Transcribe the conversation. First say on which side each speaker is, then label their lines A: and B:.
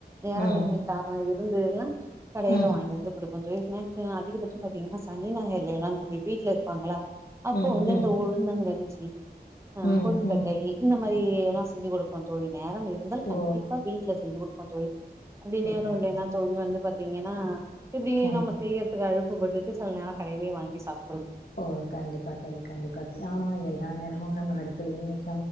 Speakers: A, on the right; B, on the left.
A: நேரம்
B: ம்,
A: இன்மை கார்ணோ இர் வந்து எல்லா கடையில
B: ம்,
A: வாய்ன்ட்டு வந்து குடுப் கொஞ்சம் <unintelligible> ஸ்னாக்ஸ்ல அதிகபட்சம் பாத்தீங்கன்னா சனி நாயர் எல்லாம் வீட்டுல இருப்பாங்கள அப்போ
B: ம்,
A: வந்து
B: ம்,
A: இந்த ஊழுதங் கஞ்சி உஹூம் ஆ
B: ம்,
A: கொழுக்கட்டை
B: ம்.
A: இந்த <unintelligible> தான் செஞ்சு கொடுப்பன் தோழி நேரம் இருந்தால்
B: ஓ!
A: கண்டிப்பா வீட்டுல செஞ்சு கொடு அது அப்படி
B: ஓ!
A: பேரும்
B: கண்டிப்
A: இல்லைன்னா தோழி வந்து பத் தீங்கன்னா இப்படி
B: ம்.
A: நம்ம செய்யற க்கு அழுப்புப்பட்டு சிலநேரம் கடையிலெ வாங்கி சாப்
B: ஓ கண்டிப்பா தொழி கண்டிப்பா தோழி ஆமா எல் எல்லா நேமும் நம்ம ஆடுகுளையெ நீக்